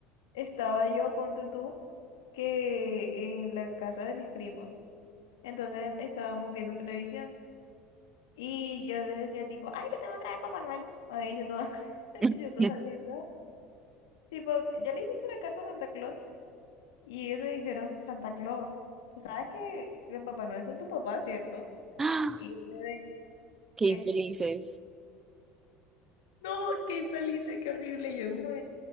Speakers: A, on the left; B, on the right.
A: estaba yo, ponte tú, que en la casa de mis primos, entonces estábamos viendo televisión y yo le decía tipo, ay, que te va a traer Papá Noel. Ahí yo toda, <laughs>
B: <laughs>
A: yo toda linda, tipo, ¿ya le hiciste la carta a Santa Claus? Y ellos me dijeron, Santa Claus, tú sabes que, que Papá Noel son tu papá, ¿cierto?
B: ¡Ah!
A: Y yo quedé,
B: Qué
A: ¿qué?
B: infelices.
A: No, qué infelices, qué horrible. Y yo como de,